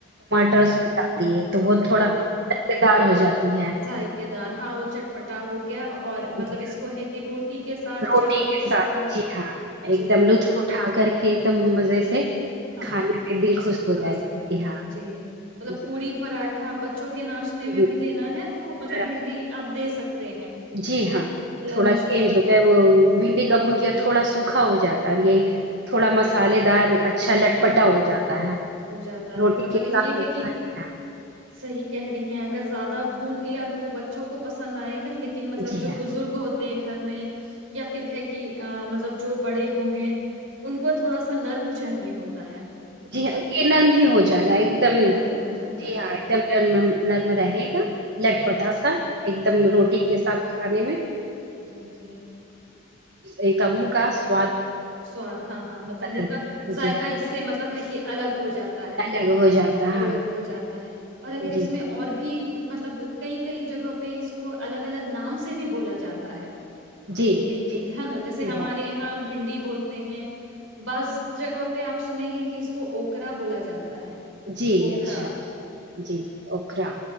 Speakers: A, on the right; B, on the right.
A: ج
B: ٹماٹر
A: ہے تو وہ تھوڑا
B: ڈال
A: مز
B: دی
A: دار ہو جاتی ہے
B: ذائقے دار ہا ہو چٹپٹا ہو گ اور مطلب
A: جی
B: اس
A: ہاں،
B: کو ہے کہ روٹی کے ساتھ
A: روٹی
B: چاول کے ساتھ
A: جی ہاں ایک
B: جی
A: دم لطف اٹھا کر کے ایک دم مزے
B: ہ ہ
A: سے
B: ہاں
A: کھانے
B: ہاں
A: پہ دل
B: اس
A: خوش
B: کو کھا
A: ہو جائے
B: سکتے
A: گا
B: ہیں
A: ہاں
B: جی مطلب
A: جی
B: پی پراٹھا ب بچوں کے ناشتے میں
A: جی
B: بھی دینا ہے مطلب
A: اگر
B: بھنی
A: آپ-
B: دے سکتے ہیں
A: جی ہاں
B: لنچ
A: تھوڑا چینج
B: میں
A: ہو گیا وہ بھنڈی کا بھجیا تھوڑا سوکھا ہو جاتا ہے یہ تھوڑا مسالے دار اچھا لٹپٹا
B: ہاں ہاں
A: ہو جاتا ہے
B: ہو جاتا
A: روٹی
B: ہے مطلب
A: کے
B: یہ
A: ساتھ
B: ہے کہ صحیح کہہ رہی ہیں اگر زیادہ بھون لیا تو وہ بچوں کو پسند آئے لیکن مطلب
A: جی
B: جو
A: ہاں
B: بزرگ ہوتے گھر میں یا پھر ہے کہ مطلب جو بڑے ہو گئے ان کو تھوڑا سا نرم چاہ یہ ہوتا ہے
A: جی ہاں یہ نرم ہی ہو جائے گا ایک دم
B: یہ نرم ہو جاتا
A: جی
B: ہے
A: ہاں ایک دم نرم رہے گا لٹ
B: ہوں،
A: پٹاسا ایک
B: لٹپٹا
A: دم روٹی کے ساتھ کھ پانی میں
B: جی جی
A: ایک ا کا سواد
B: سواد ہاں ہاں مطلب
A: بدل
B: منہ
A: دے
B: کا
A: گا
B: ذائقہ
A: جی
B: اس سے مطلب ہے کہ الگ ہو جاتا
A: ہاں
B: تا ہے
A: الگ ہو جاتا ہے
B: الگ
A: ہاں
B: ہو جاتا ہے اور اگر اس
A: جی
B: میں
A: ہاں
B: اور بھی مطلب کئی کئی جگہ پہ اس کو الگ الگ نام سے بھی بولا جاتا ہے
A: جی
B: بھنڈی ہے
A: جی
B: نا جیسے
A: جی
B: ہمارے
A: ہاں
B: یہاں بھنڈی بولتے ہیں بعض جگہ پہ آپ سنیں گے کہ اس کو اوکرا بولا جاتا ہے
A: جی
B: اوکرا
A: اچھا اچھا جی اکرا